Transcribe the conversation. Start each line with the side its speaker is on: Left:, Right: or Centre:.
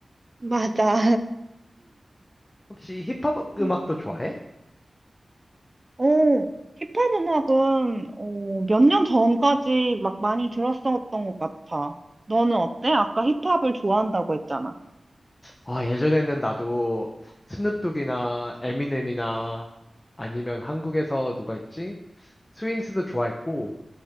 Right: 맞아.
Left: 혹시 힙합
Right: <laughs>
Left: 음악도
Right: 음.
Left: 좋아해?
Right: 어, 힙합 음악은 어, 몇 년 전까지 막 많이 들었었던 것 같아. 너는 어때? 아까 힙합을 좋아한다고 했잖아.
Left: 아, 예전에는 나도 스눕독이나 에미넴이나 아니면 한국에서 누가 있지? 스윙스도 좋아했고,